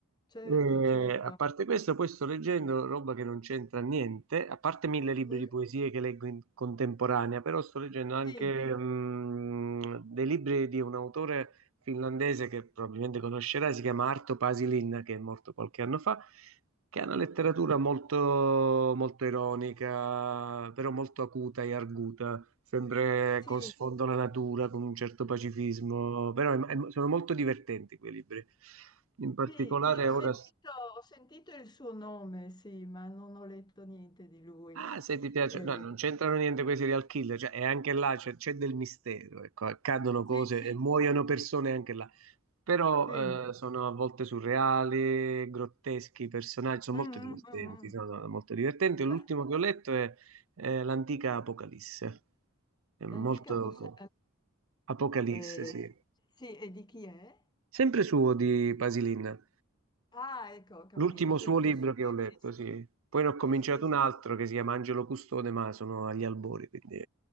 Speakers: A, on the left (about 20°); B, on the right (about 75°).
A: certo,
B: Eh,
A: certo.
B: a parte questo, poi sto leggendo roba che non c'entra niente, a parte mille libri
A: Mm,
B: di poesie che leggo in contemporanea, però sto leggendo anche
A: Sì,
B: mm, dei libri di un autore finlandese che probabilmente conoscerai, si chiama Arto Pasilin, che è morto qualche anno fa, che ha una letteratura molto, molto ironica, però molto acuta e arguta, sempre
A: sì,
B: con sfondo alla natura, con un certo pacifismo, però è- è- sono molto divertenti quei libri. In particolare
A: Sì, io ho
B: ora...
A: sentito, ho sentito il suo nome, sì, ma non ho letto niente di lui.
B: Ah, se ti piace,
A: Eh,
B: no, non c'entrano niente quei serial killer, cioè, e anche là c'è c'è del mistero, ecco, accadono
A: sì,
B: cose
A: sì,
B: e muoiono persone anche là, però
A: sì.
B: eh, sono a volte surreali, grotteschi, i personaggi sono
A: Mm,
B: molto divertenti,
A: mm, mm, mm.
B: sono molto divertenti. L'ultimo
A: Beh,
B: che ho letto è eh, l'antica Apocalisse, è molto...
A: l'antica possa...
B: Apocalisse,
A: eh,
B: sì.
A: sì, e di chi è?
B: Sempre suo di Pasilin.
A: Ah, ecco, ho capito,
B: L'ultimo
A: sempre
B: suo libro
A: sua.
B: che ho letto,
A: Sì, sì,
B: sì. Poi ne ho cominciato
A: sì, sì, sì,
B: un altro che si chiama Angelo Custode, ma sono agli albori, quindi